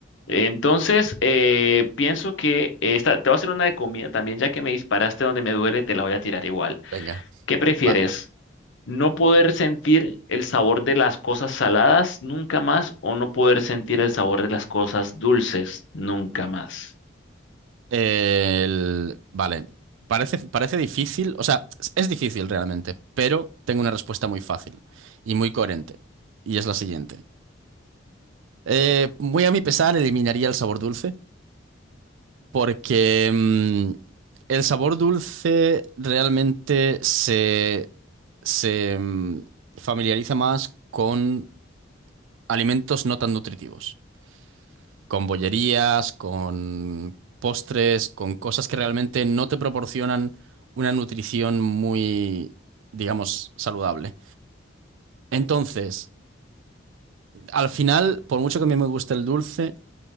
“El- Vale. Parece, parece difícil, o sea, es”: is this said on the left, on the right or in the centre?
Right